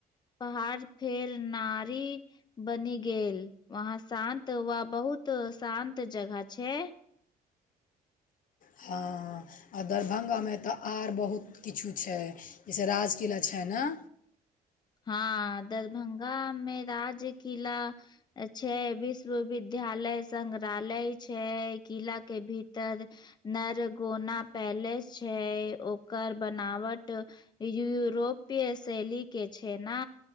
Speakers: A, on the left; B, on the left.
A: पहाड़ फेर नारी बनी गेल वहाँ शान्त व बहुत शान्त जगह छै
B: हँ आ दरभंगा में तऽ आर बहुत किछु छै जैसे राजकिला छै न
A: हँ दरभंगा में राजकिला छै विश्वविद्यालय संग्रहालय छै किला के भीतर नरगोना पैलेस छै ओकर बनावट यूरोपीय शैली के छै ने